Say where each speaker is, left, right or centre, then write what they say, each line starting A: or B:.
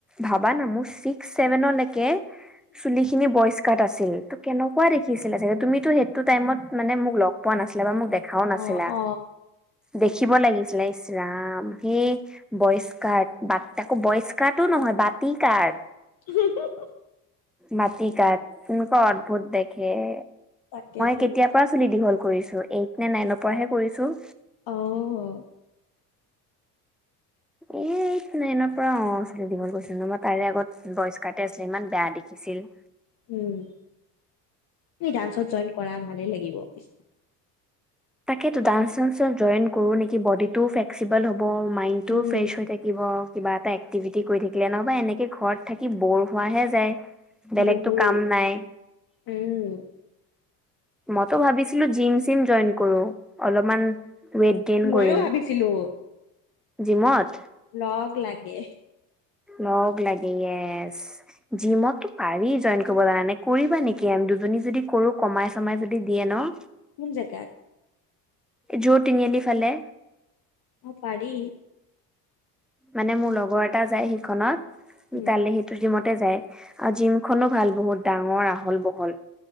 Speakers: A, in the centre; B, on the left (about 45°).
A: ভাবা না মোৰ চিক্স ছেভেনলেকে চুলি খিনি বয়ষ্কাৰ আছে ছিল ত কেনেকুৱা দেখিছিলে চাগে তুমিতো সেইটো টাইমত মানে মোক লগ পোৱা নাছিলা বা মোক দেখাও নাছিলা
B: অ অ
A: দেখিব লাগিছিলে ইচলাম সেই বয়স্কাত তাকো বয়স্কাটো নহয়। বাতি কাৰ
B: হা হা
A: মাটিকাত কেনেকুৱা অদ্ভুত দেখে। মই
B: তাকেতো
A: কেতিয়াৰ পৰা চুলি দীঘল ছো এইট নে নাইনৰ পৰাহে কৰিছো।
B: আহ
A: এইট, নাইনৰ পৰা অ চুলি দীঘল কৰিছিলো। নহ'বা তাৰে আগত বয়স্কাতে আছিলে ইমান বেয়া দেখি। ছিল
B: উম তুমি ডান্সত জইন কৰা ভালে লাগিব। পিছত
A: তাকেটো। ডান্স চানসট জইন কৰো নেকি বডিটো ফ্লেক্সিবল হ'ব। হ মাইনটোও
B: উম।
A: ফ্ৰেছ হৈ থাকিব। কিবা এটা এক্টিভিটি কৰি থাকিলে নহবা এনেকে ঘৰত থাকি বৰ হোৱাহে যায়। বেলেগতটো
B: বহুত
A: কাম নাই।
B: উম
A: মইতো ভাবিছিলো জিম চিম জইন কৰো। অলপমান ৱেইট গেইন
B: ময়ো
A: কৰিম
B: ভাবিছিলো
A: জিমত
B: লগ লাগে
A: লগ লাগে য়েছ। জিমতো পাৰি জইন কৰিব কাৰনে কৰিবা নেকি? দুজনী যদি কৰো কমাই চমাই যদি দিয়ে ন
B: কোন জেগাত?
A: জৌটিনিআলি ফালে।
B: অ পাৰি।
A: মানে মোৰ লগৰ এটা যায় সেইখনত
B: উম
A: তালে সেইটো জিমত যায় আৰু জিমখনো ভাল বহুত ডাঙৰ আহল বহল।